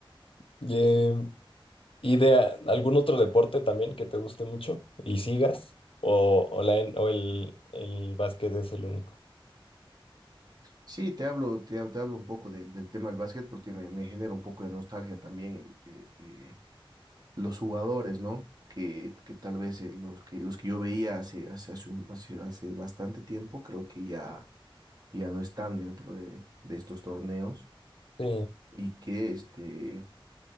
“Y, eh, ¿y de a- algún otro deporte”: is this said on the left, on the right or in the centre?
Left